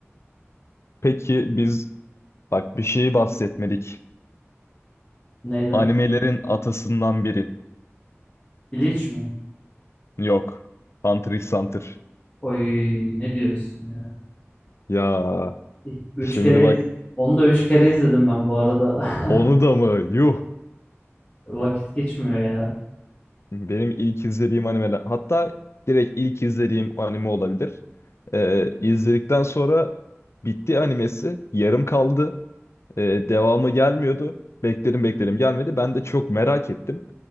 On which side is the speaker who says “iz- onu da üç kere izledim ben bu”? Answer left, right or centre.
Left